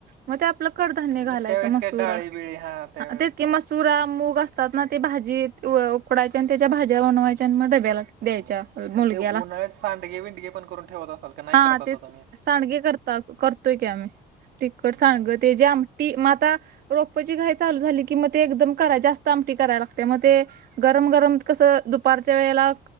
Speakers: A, on the right; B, on the right.
A: मग ते आपलं कडधान्य घालायचं
B: मी त्यावेळेस
A: मसुरा
B: काय डाळी बिळी हा त्यावेळेस
A: तेच क मसुरा मूग अस त ना ते भाजी उकडायच्या आणि त्याच्या भाज्या बनवायच्या आणि मग डब्याला
B: हम्म
A: द्यायच्या. मुलग्याला
B: आणि ते उन्हाळ्यात सांडगे बिंडगे पण करून ठेवत असाल का नाही
A: हा
B: करत आता
A: तेच
B: तुम्ही ते
A: सांडगे करता करतोय की आम्ही तिखट
B: हम्म
A: सांडग. ते जी आमटी म आता. रोपची घाई चालू झाली की मग ते एकदम करा जास्त आमटी करायला लागते मग ते. गरम गरम कसं दुपारच्या वेळेला